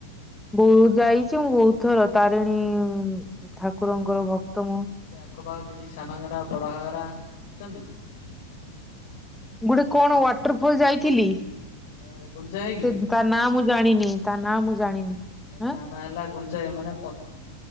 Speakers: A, in the centre; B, on the left.
A: ବହୁତ ଯାଇଛି ମୁଁ ବହୁତ ଥର ତାରିଣୀ ଠାକୁରଙ୍କର ଭକ୍ତ ମୁଁ।
B: ସେ ଆଖପାଖ କିଛି ସାନ ଘାଗରା ବଡଘାଗରା ବୁଲିଛନ୍ତି?
A: ଗୋଟେ କଣ ୱାଟର ଫଲ ଯାଇଥିଲି।
B: ଏ ଗୁଣ୍ଡିଚା ଘାଗି!
A: ସେ ତା ନାଁ ମୁଁ ଜାଣିନି, ତା ନାଁ ମୁଁ ଜାଣିନି।
B: ଏ
A: ଆଁ
B: ତା ନାଁ ହେଲା ଗୁଣ୍ଡିଚା ଘାଗି ମାନେ ପ